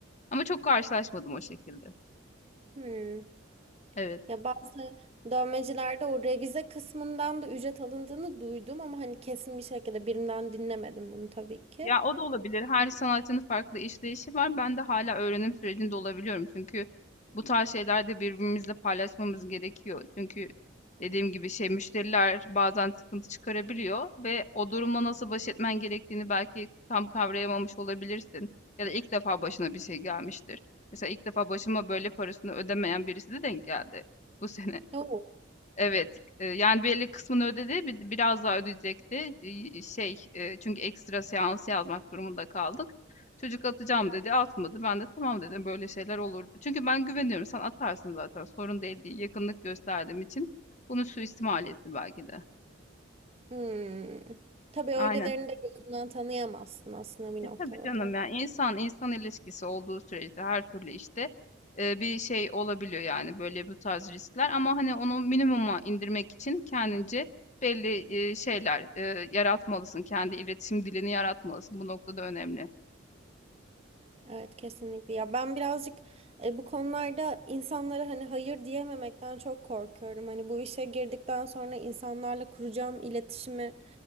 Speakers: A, on the left; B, on the right.
A: Ama çok karşılaşmadım o şekilde.
B: Hmm.
A: Evet.
B: Ya bazı dövmecilerde o revize kısmından da ücret alındığını duydum ama hani kesin bir şekilde birinden dinlemedim bunu tabii ki.
A: Ya o da olabilir. Her sanatçının farklı işleyişi var. Ben de hala öğrenim sürecinde olabiliyorum. Çünkü bu tarz şeyler de birbirimizle paylaşmamız gerekiyor. Çünkü dediğim gibi şey müşteriler bazen sıkıntı çıkarabiliyor ve o durumla nasıl baş etmen gerektiğini belki tam kavrayamamış olabilirsin. Ya da ilk defa başına bir şey gelmiştir. Mesela ilk defa başıma böyle parasını ödemeyen birisi de denk geldi bu sene.
B: Yok.
A: Evet, eee, yani belli kısmını ödedi, bi biraz daha ödeyecekti. İii, şey, eee, çünkü ekstra seans yazmak durumunda kaldık. Çocuk atacağım dedi, atmadı. Ben de tamam dedim, böyle şeyler olur. Çünkü ben güveniyorum, sen atarsın zaten sorun değil diye yakınlık gösterdiğim için bunu suistimal etti belki de.
B: Hmm. Tabii öylelerini
A: Aynen.
B: de gözünden tanıyamazsın aslında bir
A: E,
B: noktada
A: tabii canım
B: da.
A: yani insan insan ilişkisi olduğu sürece her türlü işte e, bir şey olabiliyor yani böyle bu tarz riskler ama hani onu minimuma indirmek için kendince belli e, şeyler e, yaratmalısın. Kendi iletişim dilini yaratmalısın. Bu noktada önemli.
B: Evet kesinlikle ya ben birazcık e, bu konularda insanlara hani hayır diyememekten çok korkuyorum. Hani bu işe girdikten sonra insanlarla kuracağım iletişimi